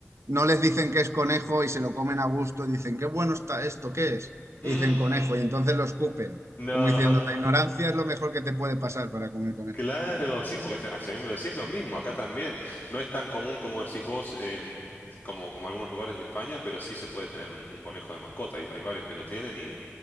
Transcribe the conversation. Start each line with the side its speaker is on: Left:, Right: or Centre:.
Right: no les dicen que es conejo y se lo comen a gusto y dicen, qué bueno está esto, ¿qué es?
Left: Mm,
Right: Y dicen conejo y entonces lo escupen,
Left: no,
Right: como diciendo, la ignorancia es lo mejor que te puede pasar para comer conejo.
Left: Claro, sí, porque a mí me lo decís lo mismo, acá también. No es tan común como decís vos, em, como, como algunos lugares de España, pero sí se puede tener un, un conejo de mascota. Hay, hay varios que lo tienen y